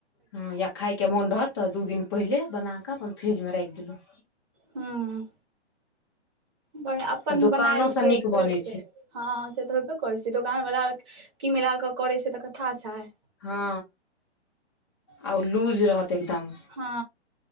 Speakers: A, on the left (about 20°); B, on the right (about 25°).
A: हँ या खायके मन रहत तऽ, दू दिन पहिले बना कऽ अपन फ्रिज मे राखि देलहुँ।
B: हँ बढ़िया अपन
A: तऽ दोकानोसँ
B: बनेल के
A: नीक
B: थोड़े
A: बनै
B: होय छै। हँ से तऽ होेबे करै छै, दोकान बला की मिला क करे छै, तकर थाह छय।
A: हँ आ ओ लूज रहत एकदम
B: हँ